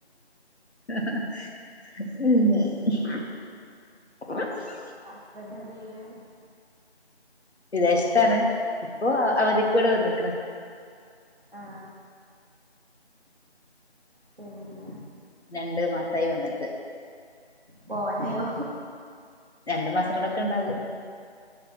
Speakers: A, on the left; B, on the right.
A: അ <unintelligible>
B: ഹസ്ബൻന്റ് എന്ത ചെയ്യണേ
A: വിദേശത്താണ് ഇപ്പൊ അവധിക്ക് ഇവിടെ വന്നിക്ക്ണ്
B: ആ പിന്നെ
A: രണ്ട്മാസായി വന്നിട്ട്
B: പോകാനായോ
A: രണ്ടു മാസം കൂടെക്കെ ഇണ്ടാകും